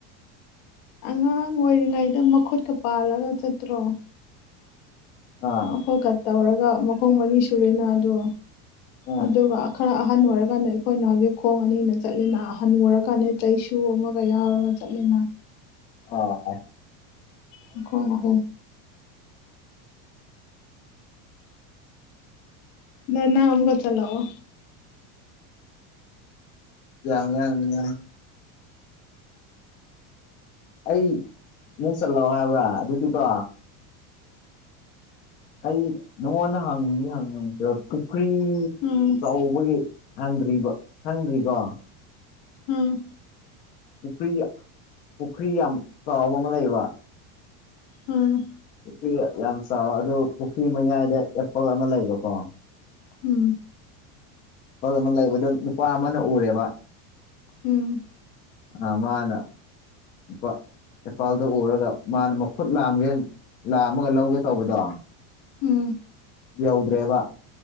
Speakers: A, on the left; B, on the left.
A: ꯑꯉꯥꯡ ꯑꯣꯏꯔꯤꯉꯩꯗ ꯃꯈꯨꯠꯀ ꯄꯥꯜꯂꯒ ꯆꯠꯇ꯭ꯔꯣ
B: ꯑꯥ
A: ꯃꯈꯨꯠꯀ ꯇꯧꯔꯒ ꯃꯈꯣꯡ ꯃꯔꯤ ꯁꯨꯔꯦꯅ ꯑꯗꯨ
B: ꯑꯥ
A: ꯑꯗꯨꯒ ꯑꯈꯔ ꯑꯍꯟ ꯑꯣꯏꯔ ꯀꯥꯟꯗ ꯑꯩꯈꯣꯏꯅ ꯍꯧꯖꯤꯛ ꯈꯣꯡ ꯑꯅꯤꯅ ꯆꯠꯂꯤꯅ ꯍꯟꯅꯨꯔ ꯀꯥꯟ ꯆꯩꯁꯨ ꯁꯨ ꯑꯃꯒ ꯌꯥꯎꯔꯒ ꯆꯠꯂꯦꯅ
B: ꯑꯥꯁ
A: ꯃꯈꯣꯡ ꯑꯍꯨꯝ ꯑꯗꯣ ꯅꯪ ꯑꯃꯨꯀ ꯆꯠꯂꯛꯑꯣ
B: ꯌꯥꯝ ꯉꯥꯡꯉꯤꯅ ꯑꯩ ꯃꯨ ꯆꯜꯂꯥꯎ ꯍꯥꯏꯕ꯭ꯔꯥ ꯑꯗꯨꯗꯤꯀꯣ ꯑꯩ ꯅꯉꯣꯟꯗ ꯍꯪꯗꯤ ꯍꯪꯉꯝꯈꯤꯔꯣꯏ ꯄꯨꯈ꯭ꯔꯤ
A: ꯎꯝ
B: ꯑꯆꯧꯕꯒꯤ ꯍꯪꯗ꯭ꯔꯤꯕ ꯍꯪꯗ꯭ꯔꯤꯀꯣ
A: ꯑꯝ
B: ꯄꯨꯀ꯭ꯔꯤ ꯄꯨꯈ꯭ꯔꯤ ꯌꯥꯝ ꯆꯥꯎꯕ ꯑꯃ ꯂꯩꯌꯦꯕ
A: ꯑꯝ
B: ꯄꯨꯈ꯭ꯔꯤ ꯌꯥꯝ ꯆꯥꯎꯑꯦ ꯑꯗꯨ ꯄꯨꯈ꯭ꯔꯤ ꯃꯌꯥꯏꯗ ꯑꯦꯄꯜ ꯑꯃ ꯂꯩꯕꯀꯣ
A: ꯎꯝ
B: ꯑꯦꯄꯜ ꯑꯃ ꯂꯩꯕꯗꯣ ꯅꯨꯄꯥ ꯑꯃꯅ ꯎꯔꯦꯕ
A: ꯑꯝ
B: ꯑꯥ ꯃꯥꯅ ꯅꯨꯄꯥ ꯏꯄꯥꯜꯗꯣ ꯎꯔꯒ ꯃꯥꯅ ꯃꯈꯨꯠ ꯂꯥꯝꯒꯦꯟ ꯂꯥꯝꯃꯒ ꯂꯧꯒꯦ ꯇꯧꯕꯗꯣ
A: ꯎꯝ
B: ꯌꯧꯗ꯭ꯔꯦꯕ